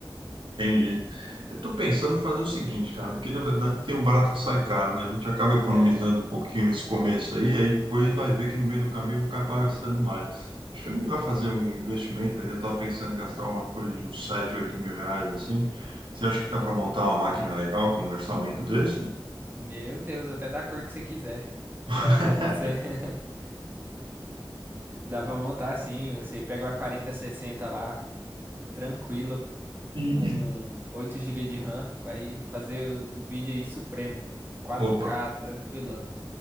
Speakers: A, on the right; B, on the right.
A: Entendi. Eu estou pensando em fazer o seguinte, cara, porque na verdade tem um barato que sai caro, né? A gente acaba economizando
B: É,
A: um pouquinho nesse começo aí, aí depois vai ver que no meio do caminho vai acabar gastando mais. Acho que é melhor fazer um investimento ali. Eu estava pensando em gastar uma coisa de uns sete, oito mil reais, assim. Você acha que dá para montar uma máquina legal com um orçamento desse?
B: meu Deus, até da cor que você quiser.
A: <laughs>
B: Dá pra você, <laughs> dá pra montar assim, você pega uma 4060 lá, tranquilo.
A: E,
B: Com
A: e-
B: 8 gigas de RAM, vai fazer os vídeos aí supremo. 4K,
A: Opa,
B: tranquilão.